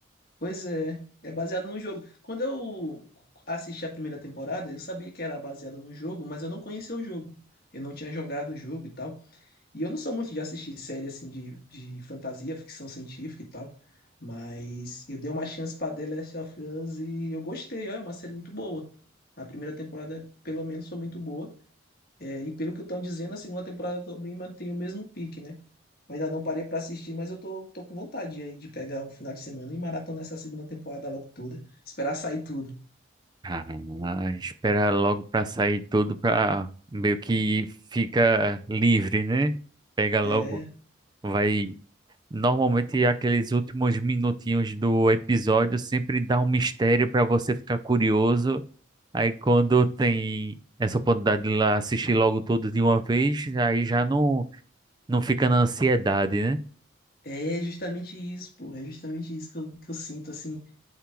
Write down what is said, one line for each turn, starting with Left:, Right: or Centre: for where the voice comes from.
Left: Pois é, é baseado no jogo. Quando eu assisti a primeira temporada, eu sabia que era baseado no jogo, mas eu não conhecia o jogo. Eu não tinha jogado o jogo e tal. E eu não sou muito de assistir série assim de, de fantasia, ficção científica e tal. Mas eu dei uma chance pra The Last of Us e eu gostei, ó, é uma série muito boa. A primeira temporada, pelo menos, foi muito boa. É, e pelo que estão dizendo, a segunda temporada também mantém o mesmo pique, né? Eu ainda não parei pra assistir, mas eu tô, tô com vontade aí de pegar um final de semana e maratonar essa segunda temporada logo toda. Esperar sair tudo.
Right: Ah, espera logo pra sair tudo pra meio que fica livre, né? Pega logo,
Left: É.
Right: vai. Normalmente aqueles últimos minutinhos do episódio sempre dá um mistério pra você ficar curioso. Aí quando tem essa oportunidade de ir lá assistir logo tudo de uma vez, aí já não não fica na ansiedade, né?
Left: É justamente isso, pô. É justamente isso que eu, que eu sinto, assim.